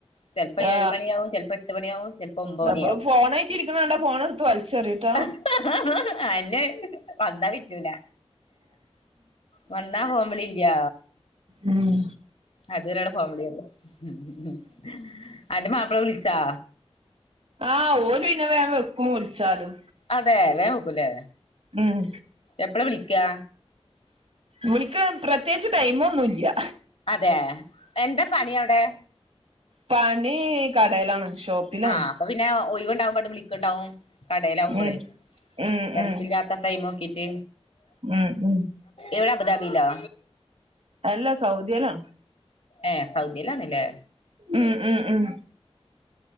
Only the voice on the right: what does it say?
ആ
അപ്പൊ ഫോണായിട്ട് ഇരിക്ക്ണ കണ്ടാ ഫോണെടുത്ത് വലിച്ചെറിയൂട്ടോ
ഉം ഹും
ആഹ് ഓല്ന്നെ വേം വെക്കും വിളിച്ചാലും.
ഹും
വിളിക്ക്ണ് പ്രത്യേകിച്ച് ടൈമൊന്നുംല്ല്യ
പണി ഈ കടയിലാണ് ഷോപ്പിലാണ്.
ഉം ഉം
ഉം
ഉം ഹും
എല്ലാ സൗദ്യലാണ്
ഉം ഉഹും ഉം